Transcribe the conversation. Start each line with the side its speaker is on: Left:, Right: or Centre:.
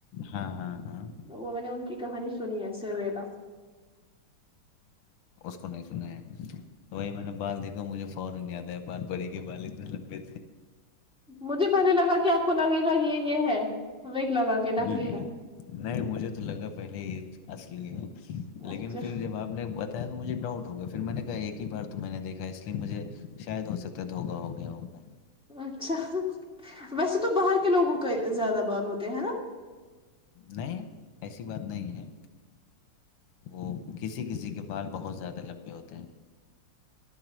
Left: ہاں ہاں ہاں
Centre: وہ میں نے ان کی کہانی سنی ہے سویلا
Left: سن سنا ہے وہی میں نے بال دیکھا مجھے فورا یاد ہے بال پڑی کے بال اتنے لمبے
Centre: مجھے پہلے لگا کہ آپ کو لگے گا یہ یہ ہے وگ لگا کے نکلی
Left: نہیں
Centre: ہے
Left: مجھے تو لگا پہلے ہی اصلی ہے
Centre: اچھا
Left: لیکن پھر جب آپ نے بتایا تو مجھے ڈاؤٹ ہوگیا پھر میں نے کہا ایک ہی بار تو میں نے دیکھا اس لیے مجھے شاید ہو سکتا ہے دھوکا ہو گیا ہوگا
Centre: اچھا ویسے تو باہر کے لوگوں کے زیادہ بار ہوتے ہیں ہے نا
Left: نہیں ایسی بات نہیں ہے وہ کسی کسی کے بال بہت زیادہ لبے ہوتے ہیں